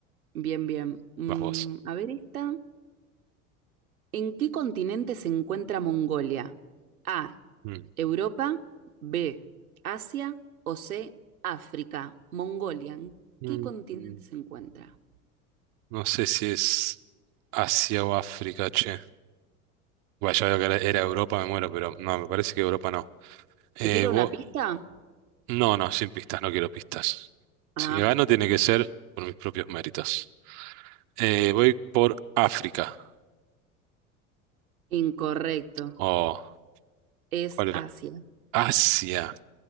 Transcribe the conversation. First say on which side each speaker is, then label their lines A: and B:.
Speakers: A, on the right (about 85°); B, on the right (about 60°).
A: Bien, bien. Mm,
B: Vas vos.
A: a ver esta. ¿En qué continente se encuentra Mongolia? A,
B: Mm.
A: Europa, B, Asia o C, África, Mongolia. ¿En
B: Mm.
A: qué continente se encuentra?
B: No sé si es Asia o África, che. Bueno, ya veo que era era Europa, me muero, pero no, me parece que Europa no. Eh,
A: ¿Te tiro
B: vos...
A: una pista?
B: No, no, sin pistas, no quiero pistas.
A: Ah,
B: Si gano
A: perfecto.
B: tiene que ser por mis propios méritos. Eh, voy por África.
A: Incorrecto.
B: Oh,
A: Es
B: ¿cuál era?
A: Asia.
B: Asia.